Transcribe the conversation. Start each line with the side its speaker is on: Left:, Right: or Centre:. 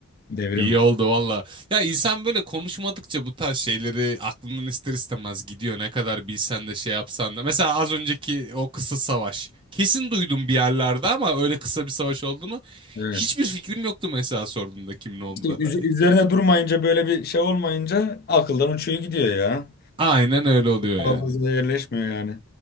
Left: Devrim.
Right: İyi oldu valla. Ya insan böyle konuşmadıkça bu tarz şeyleri aklından ister istemez gidiyor. Ne kadar bilsen de şey yapsan da. Mesela az önceki o kısa savaş. Kesin duydum bir yerlerde ama öyle kısa bir savaş olduğunu
Left: Evet.
Right: hiçbir fikrim yoktu mesela sorduğunda kimin olduğuna
Left: İşte üz-
Right: dair.
Left: üzerine durmayınca böyle bir şey olmayınca akıldan uçuyor gidiyor ya.
Right: Aynen öyle oluyor
Left: Hafızada
Right: yani.
Left: yerleşmiyor yani.